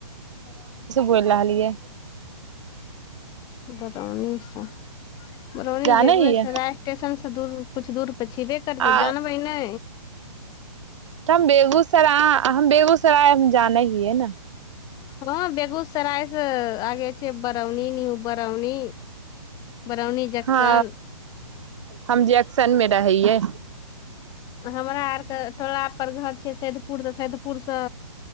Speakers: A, on the right; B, on the left.
A: बौइल लहलियै
B: बऱौनी स बरौनी
A: जानै
B: बेगूयेसराय
A: हियै
B: स्टेशन स दूर कुछ दूर पछेबे करतै
A: आ
B: जानबै नै
A: तऽ हम बेगूसराय हम बेगूसराय जानै हीयै न
B: हँ बेगूस सरायस आगे छै बरौनी न्यू बरौनी बरौनी जक्सन
A: हँ हम जैक्सन मे रहै यै
B: हमरा आरके टोला पर घर छै सैदपुर तऽ सैदपुरसँ